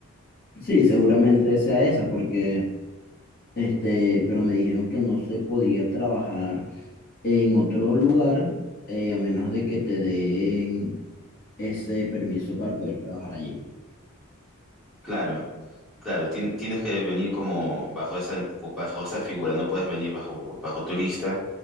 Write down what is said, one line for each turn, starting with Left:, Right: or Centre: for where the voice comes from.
Left: Sí, seguramente sea esa, porque este, pero me dijeron que no se podía trabajar en otro lugar eh, a menos de que te den ese permiso para poder trabajar allí.
Centre: Claro, claro, tien- tienes que venir como bajo esa, bajo esa figura. No puedes venir bajo, bajo turista